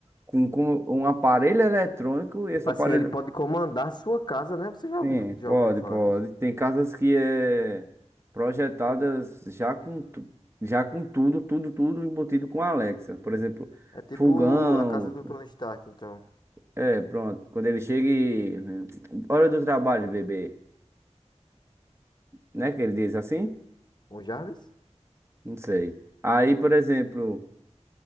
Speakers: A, on the right (about 20°); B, on the left (about 35°).
A: com, com um aparelho eletrônico, e esse
B: Assim,
A: aparelho.
B: ele pode comandar a sua casa, né? Você já
A: Sim,
B: ouviu, já
A: pode,
B: ouviu falar
A: pode.
B: nisso?
A: Tem casas que é projetadas já com, tu- já com tudo, tudo, tudo embutido com Alexa. Por exemplo,
B: É tipo
A: fogão.
B: a casa do
A: tu-
B: Tony Stark, então.
A: É, pronto. Quando ele chega e. hum, hum, Hora do trabalho, bebê. Né que ele diz assim?
B: O Jarvis?
A: Não sei. Aí, por exemplo.